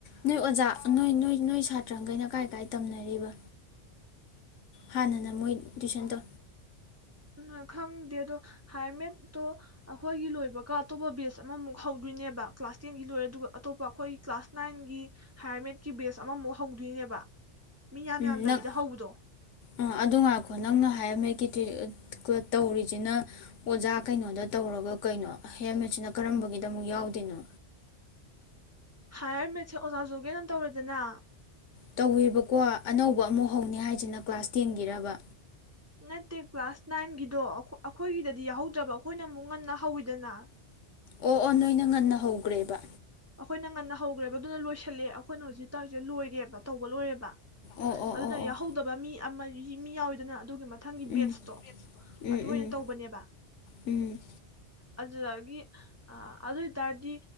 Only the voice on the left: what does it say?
ꯅꯣꯏ ꯑꯣꯖꯥ ꯅꯣꯏ ꯅꯣꯏ ꯅꯣꯏ ꯁꯥꯇ꯭ꯔꯒꯩꯅ ꯀꯥꯏ ꯀꯥꯏ ꯇꯝꯅꯔꯤꯕ ꯍꯥꯟꯅꯅ ꯃꯣꯏ ꯇꯨꯏꯁꯟꯗꯣ
ꯎꯝ
ꯅꯪ
ꯑ ꯑꯗꯨ ꯉꯥꯏꯈꯣ ꯅꯪꯅ ꯍꯥꯏꯌꯔ ꯃꯦꯇꯀꯤ ꯇꯧꯔꯤꯁꯤꯅ ꯑꯣꯖꯥ ꯀꯩꯅꯣꯗ ꯇꯧꯔꯒ ꯀꯩꯅꯣ ꯍꯥꯢꯌꯔꯃꯦꯠ ꯁꯤꯅ ꯀꯔꯝꯕꯒꯤꯗ ꯑꯃꯨꯛ ꯌꯥꯎꯗꯣꯏꯅꯣ
ꯇꯧꯋꯦꯕꯀꯣ ꯑꯅꯧꯕ ꯑꯃꯨꯛ ꯍꯧꯅꯤ ꯍꯥꯏꯁꯤꯅ ꯀ꯭ꯂꯥꯁ ꯇꯦꯟꯒꯤꯔꯕ
ꯑꯣ ꯑꯣ ꯅꯣꯏꯅ ꯉꯟꯅ ꯍꯧꯒ꯭ꯔꯦꯕ
ꯑꯣ ꯑꯣ
ꯑꯣ ꯑꯣ
ꯎꯝ ꯎꯝ
ꯎꯝ
ꯎꯝ